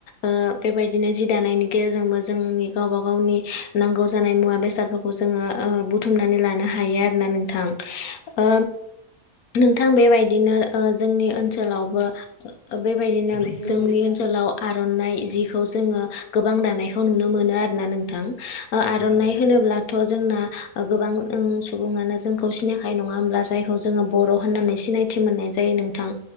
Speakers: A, on the left (about 90°); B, on the right (about 45°).
A: ओ बेबायदिनो जि दानायनि गेजेरजोंबो जोंनि गावबा गावनि नांगौ जानाय मुवा बेसादफोरखौ जोङो ओ बुथुमनानै लानो हायो आरोना नोंथां। ओ नोंथां बेबायदिनो ओ जोंनि ओनसोलावबो बेबायदिनो
B: बिदिनो
A: जोंनि ओनसोल खालाव आर'नाइ जिखौ जोङो गोबां दानायखौ नुनो मोनो आरो ना नोंथां। ओ
B: नंगौ
A: आर'नाइ
B: नोंथां
A: होनोब्ला थ' जोंना गोबां ओ सुबुङानो जोंखौ सिनायखायो नङा होमब्ला जायखौ जोङो बर' होननानै सिनाय थि मोननाय जायो नोंथां